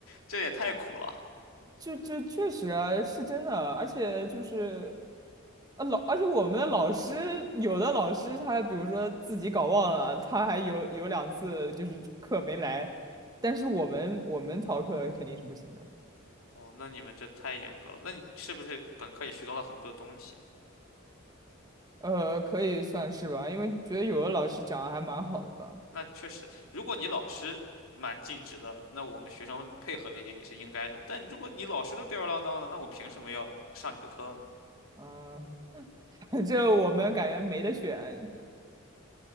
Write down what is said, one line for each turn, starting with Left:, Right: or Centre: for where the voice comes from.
Left: 这也太苦了。
Right: 就就确实啊，是真的啊，而且就是啊老，而且我们的老师有的老师他比如说自己搞忘了，他还有有两次就是课没来，但是我们我们逃课肯定是不行的，
Left: 哦，那你们这太严格了。那你是不是本科也学到了很多东西？
Right: 呃，可以算是吧，因为觉得有的老师讲的还蛮好的吧，
Left: 那确实，如果你老师蛮尽职的，那我们学生配合一点也是应该的。但你如果你老师都吊儿郎当的，那我凭什么要上你的课呢？
Right: 嗯、<laughs> 反我们感觉没得选，